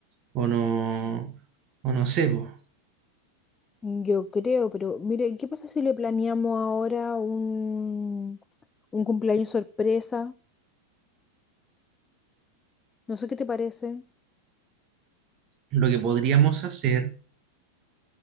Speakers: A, on the right; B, on the left.
A: o no, o no sé. po.
B: Yo creo, pero mire, ¿qué pasa si le planeamos ahora un, un cumpleaños sorpresa? No sé qué te parece.
A: Lo que podríamos hacer